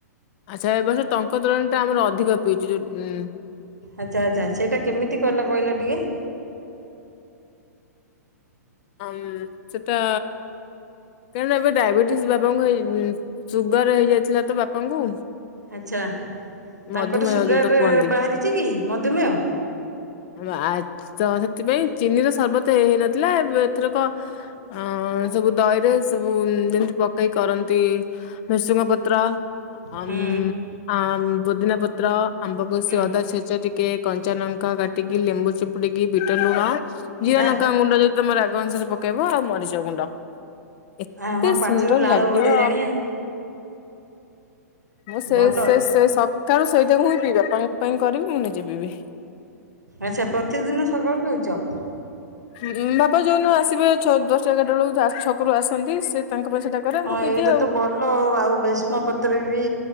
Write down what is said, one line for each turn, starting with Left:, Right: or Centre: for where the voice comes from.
Left: ଆଚ୍ଛା ଏ ବର୍ଷ ଟଙ୍କ ତେରାଣୀ ଟା ଆମର ଅଧିକ ପିଇଚୁ ଯୋଉ ଉଁ
Right: ଆଚ୍ଛା ଆଚ୍ଛା ସେଇଟା କେମିତି କଲ କହିଲ ଟିକେ?
Left: ଆଁମ୍ ସେଟା କାରଣ ଏବେ ଡାଇବେଟିସ ବାପାଙ୍କୁ ହେଇ ସୁଗାର ହେଇଯାଇଥିଲା ତ ବାପାଙ୍କୁ।
Right: ଆଚ୍ଛା
Left: ମଧୁମେହ
Right: ତାଙ୍କର ସୁଗାର
Left: ଯୋଉଟା କୁହନ୍ତି।
Right: ବାହାରିଚିକି ମଧୁମେୟ?
Left: ଆ ତ ସେଥିପାଇଁ ଚିନି ର ସର୍ବତ ହେଇନଥିଲା ଏଥରକ ଅ ସବୁ ଦହିରେ ସବୁ ଯେମିତି ପକେଇ କରନ୍ତି ଭେସୁଙ୍ଗ ପତ୍ର ଆମ୍
Right: ହୁଁ
Left: ଆମ୍ ପୁଦିନା ପୁତ୍ର ଆମ୍ବ କସିି
Right: ହୁଁ
Left: ଅଦା ଛେଚା ଟିକେ କଞ୍ଚା ନଙ୍କା କାଟିକି ଲେମ୍ବୁ ଚିପୁଡିକି ବିଟ ଲୁଣ ଜିରା
Right: ବା
Left: ଲଙ୍କା ଗୁଣ୍ଡ ଯି ତମର ରା ଗ ଅନୁସାରେ ପକେଇବ ଆଉ ମରିଚ ଗୁଣ୍ଡ। ଏତେ
Right: ଆମ ପାଟିରୁ
Left: ସୁନ୍ଦର
Right: ଲାଳ
Left: ଲାଗିବ।
Right: ଗଡିଲାଣି ଆଉ।
Left: ମୁଁ ସେ
Right: ଭଲ
Left: ସେ ସେ ସବ୍ କାର ସହିତକୁ ହଁ ପିଇବାପାଙ୍କ ପାଇଁ କରିବି ମୁଁ ନିଜେ ପିଇବି।
Right: ଆଛା ପ୍ରତିଦିନ ସକାଳୁ ପିଉଛ?
Left: ହୁଁ ବାପା ଯୋଉଦି ଆସିବେ ଛ ଦଶଟା ଏାରଟା ବେଳକୁ ଛକରୁ ଆସନ୍ତି। ସେ ତାଙ୍କ ପାଇଁ ସେଟା କରେ
Right: ହଁ
Left: ମୁଁ ପିଇଦିଏ
Right: ଏଇଟା
Left: ଆଉ।
Right: ତ ଭଲ ଆଉ ଭୀଷ୍ମ ପତ୍ର ବି